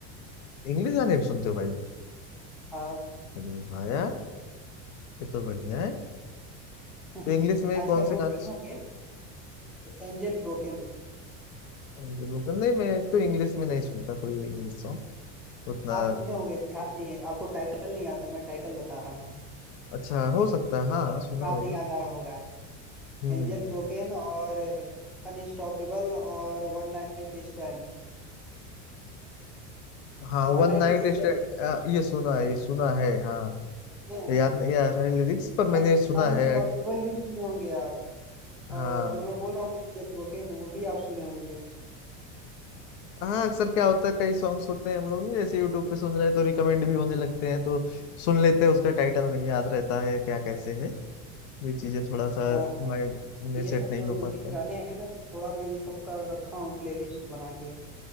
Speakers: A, on the left; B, in the centre.
A: इंग्लिश गाने भी सुनते हो भाई
B: हाँ
A: अरे वाह यार ये तो बढ़िया है
B: <laughs>
A: तो इंग्लिश में
B: आजकल
A: कौन से
B: वो
A: गाने
B: देखे होंगे एंजल ब्रोकन
A: सुन- नहीं मैं तो इंग्लिश में नहीं सुनता कोई इंग्लिश सॉन्ग उतना
B: आप सुने होंगे ध्यान नहीं है आपको टाइटल नहीं याद है मैं टाइटल बता रहा हूँ
A: अच्छा हो सकता है हाँ
B: इसलिए
A: सुना
B: नाम
A: होगा
B: नहीं याद आ रहा होगा
A: हम्म
B: एंजल ब्रोकन और अनस्टॉपेबल और one night stand
A: हाँ
B: One
A: वन
B: night
A: नाइट
B: stand
A: स्टैंड ये सुना है ये सुना है हाँ
B: है
A: तो याद
B: ना
A: नहीं आ रहा है लिरिक्स पर मैंने
B: अन,
A: ये सुना
B: अनस्टॉपेबल
A: है
B: भी सुने होंगे आप
A: हाँ
B: और जो मैं बोल रहा हूँ एंजल ब्रोकेन वो भी आप सुने होंगे
A: हाँ अक्सर क्या होता है कई सॉन्ग्स होते हैं हम लोग ना, जैसे यूट्यूब पे सुन रहे हैं तो रिकमेंड भी होने लगते हैं तो सुन लेते हैं उसका टाइटल नहीं याद रहता है क्या कैसे है ये चीजें थोड़ा सा
B: हाँ हाँ
A: माइंड में
B: ये
A: सेट
B: सब
A: नहीं
B: जो
A: हो
B: दो
A: पाता
B: तीन
A: है।
B: गाने हैं ना तो थोड़ा मैं ये सब का रखा हूँ प्लेलिस्ट बना के